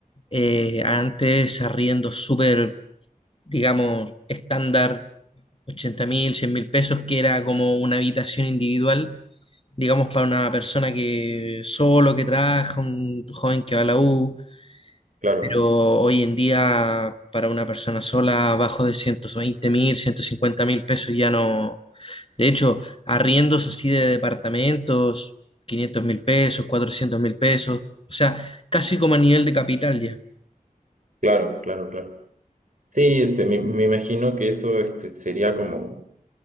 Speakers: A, on the left; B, on the right.
A: eh, antes arriendos súper, digamos, estándar, ochenta mil, cien mil pesos, que era como una habitación individual, digamos, para una persona que solo, que trabaja, un joven que va a la U,
B: Claro,
A: pero hoy en día para una persona sola, abajo de ciento veinte mil, ciento cincuenta mil pesos ya no. De hecho, arriendos así de departamentos, quinientos mil pesos, cuatrocientos mil pesos, o sea, casi como a nivel de capital ya.
B: claro, claro, claro. Sí, este, me, me imagino que eso este, sería como